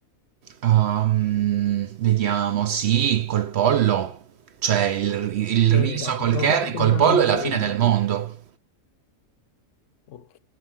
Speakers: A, on the right; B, on the left.
A: Uhm, vediamo, sì, col pollo, cioè il ri il
B: Eh,
A: riso
B: esatto,
A: col
B: stavo
A: curry,
B: proprio pensando
A: col pollo
B: al
A: è la
B: pollo.
A: fine del mondo.
B: Ok,